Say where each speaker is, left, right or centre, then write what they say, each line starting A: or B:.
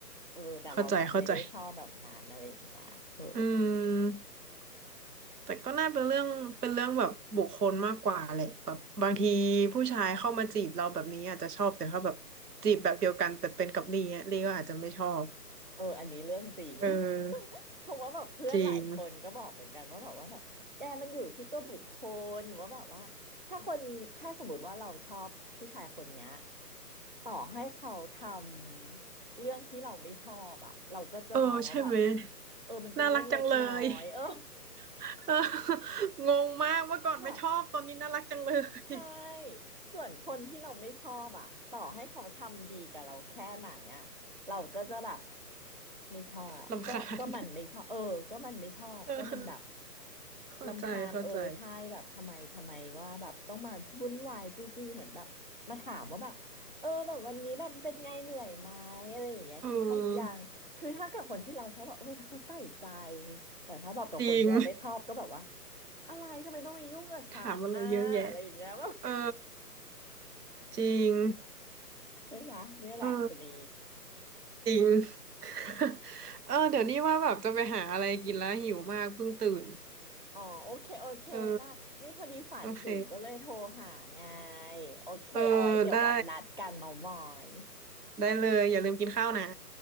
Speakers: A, on the right (about 30°); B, on the right (about 70°).
A: เออแต่เรากลับไม่ได้ชอบแบบนั้นอะไรอย่างเงี้ยเออ
B: เข้าใจเข้าใจอืม แต่ก็น่าเป็นเรื่องเป็นเรื่องแบบบุคคลมากกว่าแหละแบบบางทีผู้ชายเข้ามาจีบเราแบบนี้อาจจะชอบแต่เขาแบบจีบแบบเดียวกันแต่เป็นกับลีอน่ยลีก็อาจจะไม่ชอบ
A: เอออันนี้เรื่องจริง
B: เออ
A: <laughs> เพราะว่าแบบเพื่อนหลายคนก็บอกเหมือนกันว่าแบบว่าแบบแกมันอยู่ที่ตัวบุคคลว่าแบบว่าถ้าคนถ้าสมมติว่าเราชอบผู้ชายคนเนี้ย
B: จริง
A: ต่อให้เขาทำเรื่องที่เราไม่ชอบอ่ะเราก็จะมองว่าแบบ
B: เออใช่ไหม
A: เออมันเป็นเรื่องเล็กน้อย
B: น่ารักจังเลย
A: <laughs> เออ
B: <laughs> เอองงมากเมื่อก่อนไม่ชอบตอนนี้น่ารักจังเลย
A: <laughs> แบบ ใช่ส่วนคนที่เราไม่ชอบอ่ะต่อให้เขาทำดีกับเราแค่ไหนอ่ะเราก็จะแบบไม่ชอบก็ก็มันไม่ชอบเออก็มันไม่ชอบก็มันแบบ
B: <laughs> รำคาญ <laughs> เออเข้าใจเข้าใจ
A: รำคาญเออใช่แบบทำไมทำไมว่าแบบต้องมาวุ่นวายจู้จี้เหมือนแบบมาถามว่าแบบเออแบบวันนี้แบบเป็นไงเหนื่อยไหมอะไรอย่างเงี้ยกินข้าวหรือยังคือถ้ากับคนที่เราชอบแบบเออถ้าเขาใส่ใจ
B: เออ
A: แต่ถ้าแบบกับคนที่เราไม่ชอบก็แบบว่า
B: จริง
A: อะไรทำไมต้องมายุ่งกับฉันน่ะอะไรอย่างเงี้ย
B: <laughs> ถามอะไรเยอะแยะ
A: <laughs> ว่า
B: เออจริง
A: ใช่ไหมเนี่ยแหละชะนี
B: เออ จริง <laughs> เออเดี๋ยวนี้ว่าแบบจะไปหาอะไรกินแล้วหิวมากเพิ่งตื่น
A: อ๋อโอเคโอเคได้นี่พอดีฝันถึงก็เลยโทรหาไง
B: เออโอเค
A: โอเคเอาไว้เดี๋ยวแบบนัดกันเมามอย
B: เออได้ได้เลยอย่าลืมกินข้าวนะ